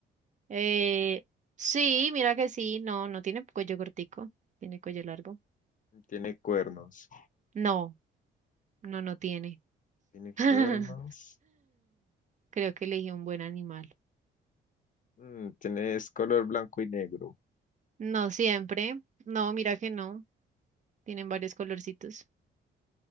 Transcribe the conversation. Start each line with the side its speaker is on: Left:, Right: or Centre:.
Right: Eh, sí, mira que sí, no, no tiene cuello cortico, tiene cuello largo.
Left: Tiene cuernos.
Right: No, no, no tiene.
Left: Tiene
Right: <laughs>
Left: cuernos.
Right: Creo que elegí un buen animal.
Left: Mm, tiene, es color blanco y negro.
Right: No siempre, no, mira que no, tienen varios colorcitos.